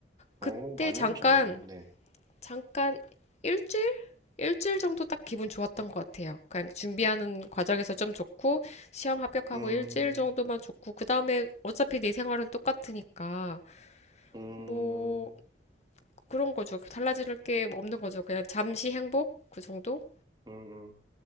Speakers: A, on the left; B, on the right.
A: 그때
B: 오, 많이
A: 잠깐
B: 해보셨네요. 네.
A: 잠깐 일주일? 일주일 정도 딱 기분 좋았던 것 같아요. 그냥 준비하는 과정에서 좀 좋고 시험 합격하고
B: 음,
A: 일주일 정도만 좋고 그 다음에 어차피 내 생활은 똑같으니까
B: 음,
A: 뭐 그런 거죠. 달라질 게 없는 거죠. 그냥 잠시 행복 그 정도?
B: 음, 음.